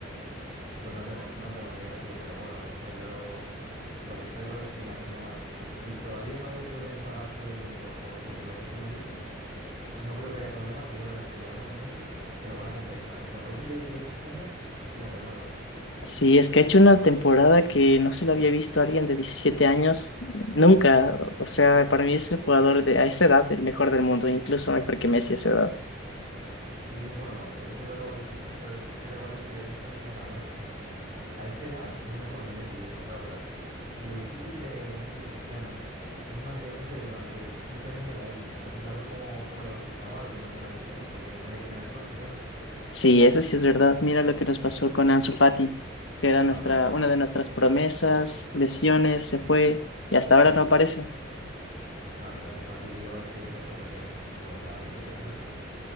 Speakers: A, on the right (about 35°); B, on the left (about 70°).
A: Pues no tengo, no tengo ni idea, tío, pero bueno, lo que está claro, lo que está claro es que Lamine Yamal, si todavía no le pueden pagar todo el dinero porque lo que tú me dices, no creo que haya problema, que ya verás como en unos meses se lo van a compensar. En cuanto cumple 18 <laughs> años, le renuevan.
B: Sí, es que ha hecho una temporada que no se lo había visto a alguien de 17 años nunca. O sea, para mí es el jugador de a esa edad el mejor del mundo, incluso mejor que Messi a esa edad.
A: Sí, bueno, eso que acabas de decir tú se lo escucho ya a varios periodistas y entrenadores, que a esa edad es mejor que Messi, dice, claro, pero si lo difícil de Messi y Cristiano es mantenerse durante 15 años en la élite, entonces a ver cómo, cómo le va a este chaval, que no tenga lesiones, porque también hay que tener suerte, ¿sabes?
B: Sí, eso sí es verdad. Mira lo que nos pasó con Ansu Fati, que era nuestra,
A: Ah, bueno, igual.
B: una de nuestras promesas,
A: Y-
B: lesiones, se fue y hasta ahora no aparece.
A: Nada, pero su Fati, tío, es que se ha hecho a perder, ¿eh? Pero, o sea, un puto desastre.